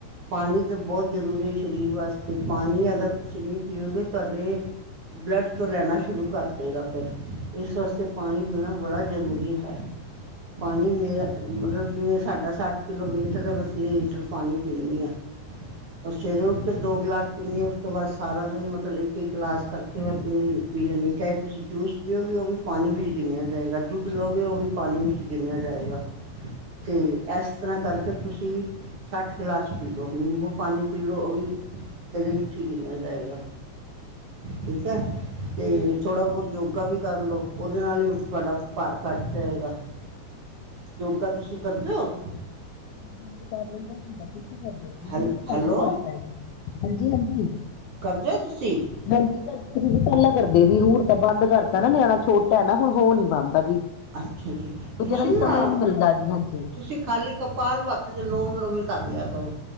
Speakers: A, on the right (about 55°); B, on the left (about 75°).
A: ਪਾਣੀ ਤਾਂ ਬਹੁਤ ਜ਼ਰੂਰੀ ਸ਼ਰੀਰ ਵਾਸਤੇ ਪਾਣੀ ਅਗਰ ਤੁਸੀਂ ਨਹੀਂ ਪੀਓਗੇ ਤੁਹਾਡੇ ਬਲੱਡ ਤੋਂ ਲੈਣਾਂ ਸ਼ੁਰੂ ਕਰਦੇਗਾ ਫੇਰ। ਇਸ ਵਾਸਤੇ ਪਾਣੀ ਪੀਣਾ ਬੜਾਂ ਜ਼ਰੂਰੀ ਹੈ। ਪਾਣੀ ਮੇਰਾ ਮਤਲਬ ਜਿਵੇਂ ਸਾਡਾ ਸੱਠ ਕਿੱਲੋ ਵੇਟ ਐ ਤੇ ਤੀਨ ਲੀਟਰ ਪਾਣੀ ਪੀਂਣੀ ਆਂ। ਓਰ ਸਵੇਰੇ ਉੱਠ ਕੇ ਦੋ ਗਲਾਸ ਪੀਣੀ ਆ ਉਸ ਤੋਂ ਬਾਅਦ ਸਾਰਾ ਦਿਨ ਮਤਲਬ ਇੱਕ- ਇੱਕ ਗਲਾਸ ਕਰਕੇ ਮੈਂ ਪੀਣ ਪੀ ਲੈਂਣੀ, ਚਾਹੇ ਤੁਸੀਂ ਜੂਸ ਪੀਓਗੇ ਉਹ ਵੀ ਪਾਣੀ ਵਿੱਚ ਗਿਣਿਆਂ ਜਾਏਂਗਾ, ਦੁੱਧ ਲਓਗੇ ਉਹ ਵੀ ਪਾਣੀ ਵਿੱਚ ਗਿਣਿਆਂ ਜਾਏਂਗਾ। ਤੇ ਐਸ ਤਰ੍ਹਾਂ ਕਰ -ਕਰ ਤੁਸੀਂ ਸੱਠ ਗਲਾਸ ਪੀ ਲੋ ਨਿੰਬੂ ਪਾਣੀ ਪੀ ਲਓ ਉਹ ਵੀ ਇਹਦੇ ਵਿੱਚ ਹੀ ਗਿਨਿਆਂ ਜਾਏਗਾ ਠੀਕ ਹੈ? ਤੇ ਥੋੜ੍ਹਾ ਬਹੁਤ ਯੋਗਾ ਵੀ ਕਰ ਲਉ, ਉਹਦੇ ਨਾਲ ਹੀ ਤੁਹਾਡਾ ਭਾਰ ਘੱਟ ਜਾਏਗਾ। ਯੋਗਾ ਤੁਸੀਂ ਕਰਦੇ ਹੋ?
B: ਹਾਂਜੀ -ਹਾਂਜੀ। ਕਰ ਲਈਦਾ ਹੁੰਦਾ, ਕਰ
A: ਹੈਲ
B: ਨਾ
A: ਹੈਲੋ
B: ਬੰਦ ਕਰਤਾ, ਹਾਂਜੀ -ਹਾਂਜੀ।
A: ਕਰਦੇ ਹੋ ਤੁਸੀਂ?
B: ਹਾਂਜੀ, ਕਰਦੇ ਸੀ ਜੇ ਪਹਿਲਾਂ ਕਰਦੇ ਸੀ ਹੁਣ ਤਾਂ ਬੰਦ ਕਰਤਾ ਨਾ ਨਿਆਣਾ ਛੋਟਾ ਤਾਂ ਨਾ ਹੁੱਣ ਹੋ ਨੀ ਪਾਂਦਾ ਜੀ,
A: ਅੱਛਾ ਜੀ
B: ਕੁਝ
A: ਤੁਸੀਂ
B: ਇਹਨਾਂ ਦੀ
A: ਨਾ
B: ਸਮਾਂ ਹੀ ਨੀ ਮਿਲਦਾ ਜੀ ਹਾਂਜੀ।
A: ਤੁਸੀਂ ਖਾਲੀ ਕਪਾਲ ਭਾਰਤੀ ਚ ਲੋਮ ਵਿਲੋਮ ਹੀ ਕਰ ਲਿਆ ਕਰੋ।